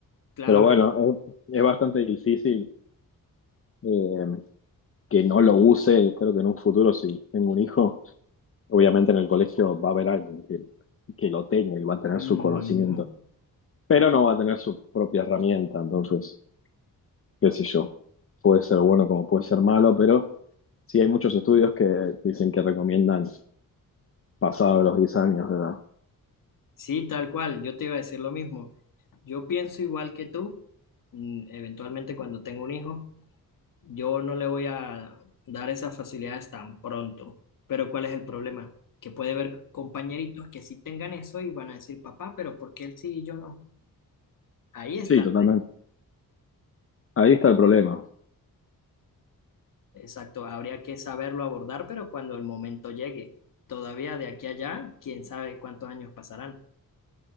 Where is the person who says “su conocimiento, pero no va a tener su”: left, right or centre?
Left